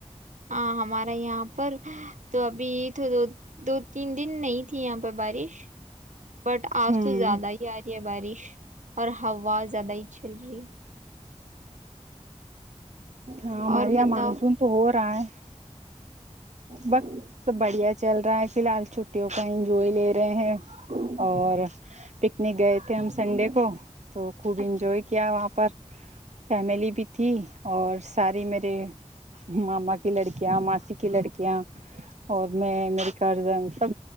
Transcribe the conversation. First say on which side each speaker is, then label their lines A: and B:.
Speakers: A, on the right; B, on the right.
A: ہاں ہمارا یہاں پر تو ابھی تو دو دو تین دن نہیں تھی یہاں پہ بارش بٹ آج
B: ہوں
A: تو زیادہ ہی آ رہی ہے بارش <unintelligible> اور ہووا <unintelligible> زیادہ ہی چل رہی ہے
B: ہاں ہمارے
A: اور
B: یہاں
A: بتاؤ
B: مانسون تو ہو رہا ہے <inaudible> بس بڑھیا چل رہا ہے فی الحال چھٹیوں کا انجوائے لے رہے ہیں اور پکنک گئے تھے ہم سنڈے کو تو خوب
A: اچھا
B: انجوائے کیا وہاں پر فیملی بھی تھی اور ساری میرے ماما کی لڑکیاں ماسی کی لڑکیا کیا اور میں میری گارجن سب